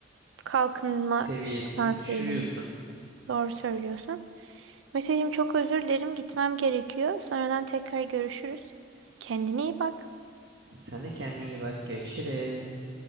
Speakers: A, on the right; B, on the right.
A: Kalkınma
B: seviyesini
A: potansiyelini.
B: düşürüyorsun.
A: Doğru söylüyorsun. Meteciğim çok özür dilerim. Gitmem gerekiyor. Sonradan tekrar görüşürüz. Kendine iyi bak.
B: Sen de kendine iyi bak, görüşürüz.